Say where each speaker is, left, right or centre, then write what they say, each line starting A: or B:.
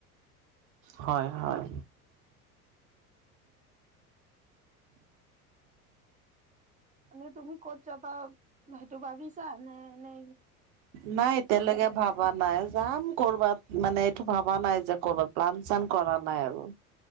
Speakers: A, on the right (about 50°); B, on the right (about 15°).
A: হয় হয়
B: ন তুমি কত চাপা ভাইটোু ভাবি চা নে এনে
A: নাই এতিয়ালৈকে ভবা নাই যাম কৰবাত মানে এইটো ভবা নাই যে কৰবাত লাান চান কৰা নাই আৰু